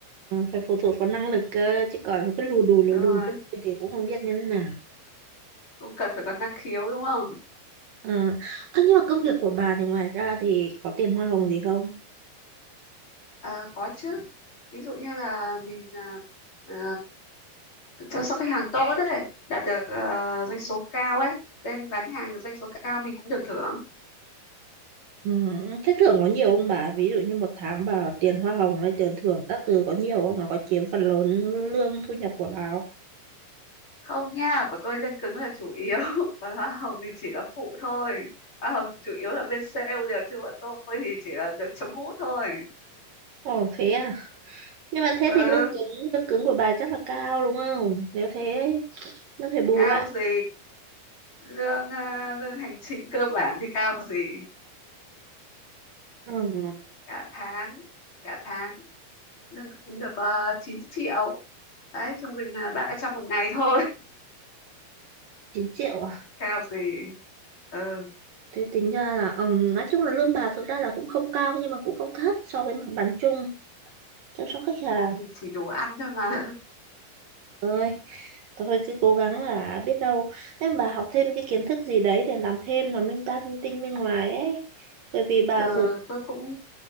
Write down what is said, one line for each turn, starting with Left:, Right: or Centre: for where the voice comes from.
Right: ừ, phải phụ thuộc vào năng lực cơ chứ còn cứ lù đù lù
Left: đúng
Right: đù
Left: rồi.
Right: như tôi thì cũng không biết như thế nào
Left: Cũng cần phải có năng khiếu đúng không?
Right: À, ơ, nhưng mà công việc của bà thì ngoài ra thì có tiền hoa hồng gì không?
Left: À, có chứ. Ví dụ như là mình ờ, chăm sóc khách hàng tốt ấy đạt được ờ, doanh số cao ấy bên bán hàng được doanh số cao mình cũng được thưởng
Right: Ừ, thế thưởng có nhiều không bà? Ví dụ như một tháng bà tiền hoa hồng hay tiền thưởng các thứ có nhiều không? Nó có chiếm phần lớn lương thu nhập của bà không?
Left: không nha của tôi lương cứng là chủ yếu <laughs> còn hoa hồng thì chỉ là phụ thôi hoa hồng chủ yếu là bên sale được chứ bọn tôi thì chỉ là được chấm mút thôi
Right: Ồ thế à? Nhưng mà thế
Left: ừ
Right: thì lương cứng, lương cứng của bà chắc là cao đúng không? Nếu thế nó phải bù
Left: cao
Right: lại.
Left: gì lương ờ, lương hành chính cơ bản thì cao gì
Right: Ừ,
Left: cả tháng cả tháng lương cứng được ờ, 9 triệu đấy trung bình là 300 một ngày thôi
Right: 9 triệu à?
Left: <laughs> cao gì ừ
Right: Thế tính ra là ừm, nói chung là lương bà thực ra là cũng không cao nhưng mà cũng không thấp so với mặt bằng chung chăm sóc khách hàng.
Left: thì chỉ đủ ăn thôi mà <laughs>
Right: Ơi. Thôi cứ cố gắng là biết đâu em bà học thêm cái kiến thức gì đấy để làm thêm làm linh ta linh tinh bên ngoài ấy. Bởi vì bà
Left: ờ,
Right: thường
Left: tôi cũng